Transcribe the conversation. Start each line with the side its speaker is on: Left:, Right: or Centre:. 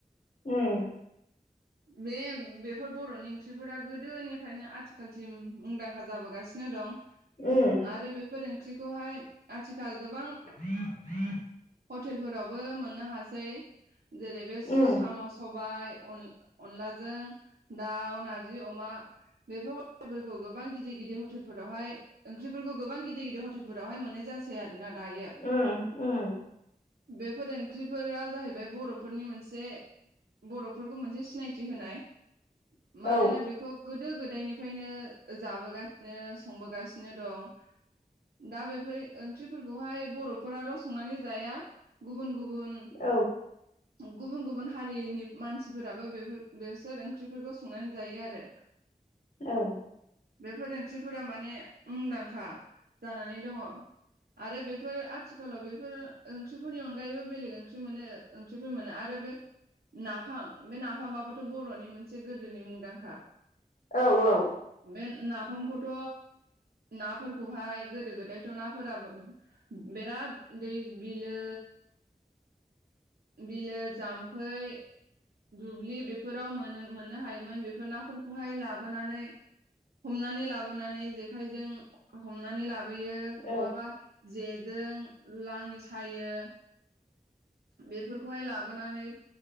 Left: उम
Right: बे बेफोर बर'नि ओंख्रिफोरा गोदोनिफ्रायनो आथिखालसिम मुंदांखा। जाबोगासिनो दं
Left: उम
Right: आरो बेफोर ओंख्रि दहाय आथिखाल गोबां।
Left: <unintelligible>
Right: हटेलफोरावबो मोननो हासै। जेरै- बे स
Left: उम
Right: साम' सबाय अन अनलाजों दाउ नारजि अमा बेफोर <unintelligible> गोबां गिदिर-गिदिर हटेलफोरावहाय ओंख्रिफोरखौ गोबां गिदिर-गिदिर हट टेलफोरावहाय मोननाय जासै आरोना दायो।
Left: उम उम
Right: बेफोर ओंख्रिफोरा जाहैबाय बर'फोरनि मोनसे बर'फोरखौ मोनसे सि सिनायथि होनाय। मानोना
Left: औ
Right: बेखौ गो गोदो गोदायनिफ्रायनो जाबोगासिनो संबोगासिनो दं दा बेफोर ओंख्रिफोरखौहाय बर'फोराल' संनानै जाया गुबुन-गुब बुन।
Left: औ
Right: गुबुन-गुबुन हारिनि मानसिफोरा। बो बेफोर बेसोर ओंख्रिफोरखौ संनानै जायो आरो।
Left: औ।
Right: बेफोर ओंख्रिफोरा माने मुंदांखा जानानै दङ आरो बेफोर आथिखालाव बेफोर ओंख्रिफोरनि अनगायैबो बेलेग ओंख्रि मोनो ओंख्रिफोर मोनो आरो बे नाफाम। बे नाफामाबोथ' बर'नि मोनसे गोदोनि मुंदांखा।
Left: औ-औ।
Right: बे नाफामखौथ' नाफोरखौहाय गोदो गोदायथ' नाफोरा बिराद दै बिलो बिलो जाम्फै दुब्लि बेफोराव मोन मोननो हायोमोन बेफोर नाफोरखौहाय लाबोनानै हमनानै लाबोनानै जेखाइजों हमनानै ला बोयो
Left: औ
Right: नङाबा जे जों लाङि सायो बेफोरखौहाय लाबोनानै